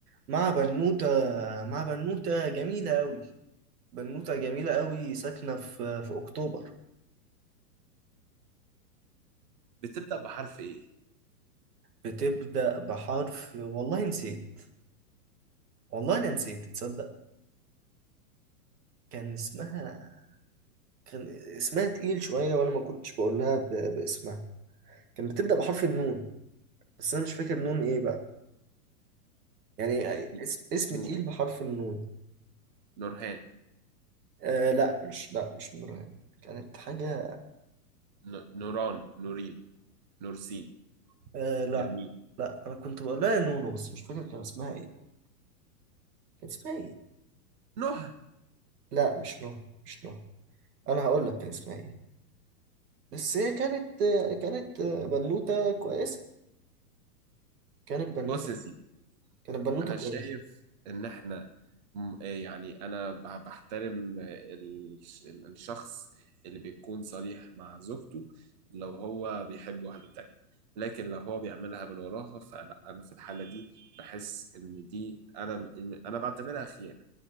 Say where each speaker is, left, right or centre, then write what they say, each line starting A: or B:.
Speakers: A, on the right; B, on the right.
A: مع بنوتة مع بنوتة جميلة أوي بنوتة جميلة أوي ساكنة في في أكتوبر
B: بتبدأ بحرف إيه؟
A: بتبدأ بحرف والله نسيت والله أنا نسيت تصدق كان اسمها كان اسمها تقيل شوية وأنا ما كنتش بقولها ب... باسمها كان بتبدأ بحرف النون بس انا مش فاكر نون ايه بقى يعني
B: إيه- إيه،
A: اسم, اسم
B: نور
A: تقيل بحرف النون
B: نورهان
A: آه لا مش لا مش نورهان كانت حاجة
B: ن- نوران نورين نورسين
A: آه لا
B: نرمين
A: لا انا كنت بقول لها يا نونو بس مش فاكر كان اسمها ايه كان اسمها ايه
B: نهى
A: لا مش نوح مش نوح انا هقول لك كان اسمها ايه بس هي كانت آه، كانت آه، بنوتة كويسة كانت بنوتة
B: بص يا سيدي
A: كانت بنوتة
B: انا
A: كويسة
B: شايف ان احنا م- يعني انا ب- بحترم ال- ال- الشخص اللي بيكون صريح مع زوجته لو هو بيحب واحدة تانية لكن لو هو بيعملها من وراها فلا انا في الحالة دي بحس ان دي انا إن انا بعتبرها خيانة